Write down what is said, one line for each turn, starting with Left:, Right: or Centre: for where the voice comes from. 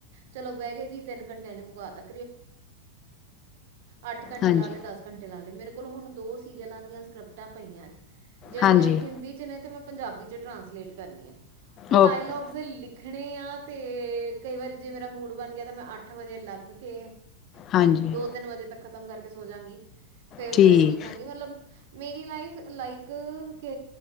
Right: ਚਲੋ ਬਹਿ ਗ ਜੀ ਤਿੰਨ ਘੰਟਿਆਂ ਚ ਮੂਕਾ ਤਾਂ। ਅੱਠ ਘੰਟੇ
Left: ਹਾਂਜੀ
Right: ਲਾ ਲਏ, ਦਸ ਘੰਟੇ ਲਾ ਲਏ, ਮੇਰੇ ਕੋਲ ਹੁਣ ਦੋ ਸੀਰੀਅਲਾਂ ਦੀਆਂ ਸਕ੍ਰਿਪਟਾਂ ਪਈਆਂ। ਜਿਹੜੀਆਂ
Left: ਹਾਂਜੀ
Right: ਹਿੰਦੀ 'ਚ ਨੇ ਤੇ ਮੈਂ ਪੰਜਾਬੀ 'ਚ ਟਰਾਂਸਲੇਟ ਕਰਨੀਆਂ, ਉਹ
Left: ਓਕੇ
Right: ਡਾਇਲੋਗ ਲਿਖਣੇ ਆ ਤੇ ਕਈ ਵਾਰੀ ਜੇ ਮੇਰਾ ਮੂਡ ਬਣ ਗਿਆ ਤਾਂ ਮੈਂ ਅੱਠ ਵਜੇ ਲੱਗ ਕੇ,
Left: ਹਾਂਜੀ
Right: ਦੋ- ਤਿੰਨ ਵਜੇ ਤੱਕ ਖ਼ਤਮ ਕਰਕੇ ਸੋ ਜਾਂਗੀ ਫੇਰ
Left: ਠੀਕ
Right: ਸਵੇਰੇ ਉੱਠਾਂਗੀ ਮਤਲਬ, ਮੇਰੀ ਲਾਈਫ ਲਾਈਕ ਕਿ